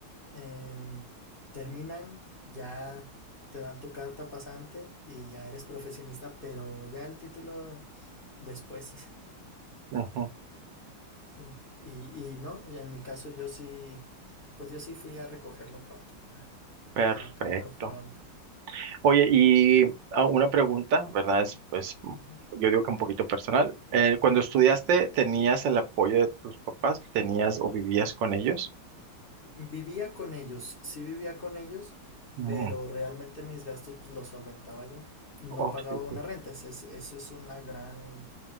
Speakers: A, on the left; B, on the right.
A: em, terminan, ya te dan tu carta pasante y ya eres profesionista, pero ya el título después.
B: Ujú,
A: Sí, y, y no, y en mi caso yo sí, pues yo sí fui a recogerlo pronto, pa-
B: perfecto.
A: para acabar pronto.
B: Oye, y ah, una pregunta, ¿verdad? Es, pues, m-
A: Ujú.
B: yo digo que un poquito personal. Eh, cuando estudiaste, ¿tenías el apoyo de tus papás? ¿Tenías o vivías con ellos?
A: Vivía con ellos, sí vivía con ellos,
B: Mm,
A: pero realmente mis gastos pues los solventaba yo. No
B: Oh,
A: pagaba
B: sí,
A: una
B: sí.
A: renta, ese es- eso es una gran,